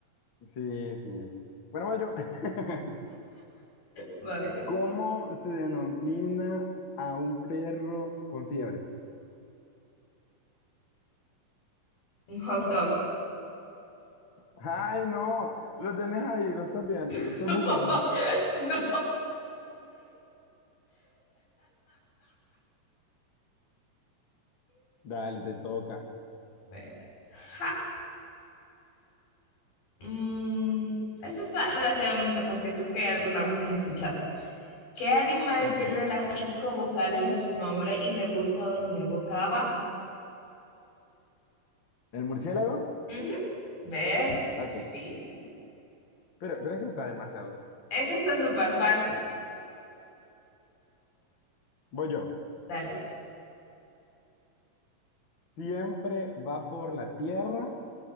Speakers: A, on the left; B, on the left.
A: Sí, sí, sí. Bueno, voy yo. <laughs>
B: Vaya,
A: ¿Cómo se denomina a un perro con fiebre?
B: un hot dog.
A: Ay, no. Lo tenés ahí, lo estás viendo, lo
B: <laughs>
A: estás buscando.
B: No.
A: Dale, te toca.
B: Pues, ja. Mm, esta está relativamente fácil, creo que alguna vez las he escuchado. ¿Qué animal
A: Ok.
B: tiene las cinco vocales en su nombre y le gusta dormir boca abajo?
A: ¿El murciélago?
B: Ujú. ¿Ves? No Es tan
A: Ok.
B: difícil.
A: Pero, pero eso está demasiado.
B: Esa está súper fácil.
A: Voy yo.
B: Dale.
A: Siempre va por la tierra